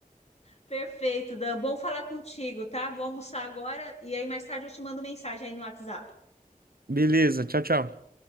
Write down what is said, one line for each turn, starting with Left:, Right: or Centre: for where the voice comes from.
Left: Perfeito, Dan. Bom falar contigo, tá? Vou almoçar agora e aí mais tarde eu te mando mensagem aí no WhatsApp.
Right: Beleza, tchau, tchau.